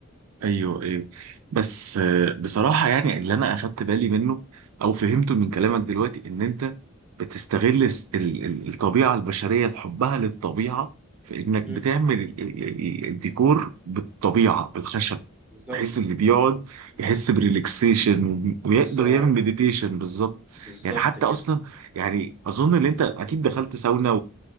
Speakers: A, on the right; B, in the centre.
A: ايوه ايوه بس آه، بصراحه يعني اللي انا اخدت بالي منه او فهمته من كلامك دلوقتي ان انت بتستغل الس- ال- ال- الطبيعه البشريه في حبها للطبيعه في انك بتعمل
B: مم.
A: ال- ال- ال- الديكور بالطبيعه بالخشب
B: بالظبط
A: بحيث اللي بيقعد يحس بريلاكسيشن و- ويقدر
B: بالظبط
A: يعمل مديتيشن بالظبط
B: بالظبط
A: يعني حتى
B: كده
A: اصلا يعني اظن ان انت اكيد دخلت ساونا